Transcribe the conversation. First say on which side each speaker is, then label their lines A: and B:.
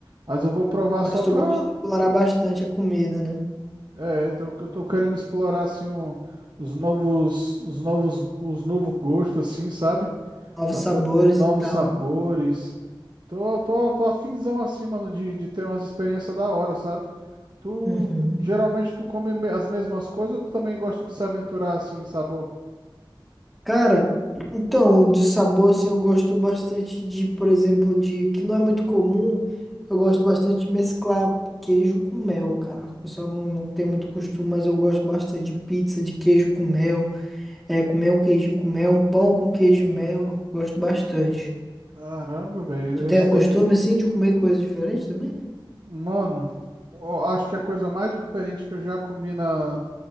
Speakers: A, on the right; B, in the centre.
A: mas eu vou provar
B: Mas
A: só
B: tu
A: para.
B: gosta de explorar bastante a comida, né?
A: É, tô- eu tô querendo explorar assim o- os novos, os novos, os novo gosto assim, sabe?
B: Novos
A: Para
B: sabores
A: pôr novos
B: e tal.
A: sabores. Tô, tô, tô afinzão assim, mano, de, de ter umas experiências da hora, sabe? Tu
B: Uhum.
A: geralmente tu come me- as mesmas coisas ou tu também gosta de se aventurar assim, em sabor?
B: Cara, então, de sabor, assim, eu gosto bastante de, por exemplo, de, que não é muito comum, eu gosto bastante de mesclar queijo com mel, cara. O pessoal não, não tem muito costume, mas eu gosto bastante de pizza de queijo com mel, é, comer um queijinho com mel, um pão com queijo e mel, gosto bastante.
A: Caramba, velho,
B: Tu tem
A: esse
B: o
A: daí.
B: costume, assim, de comer coisas diferentes também?
A: Mano, eu acho que a coisa mais diferente que eu já comi na,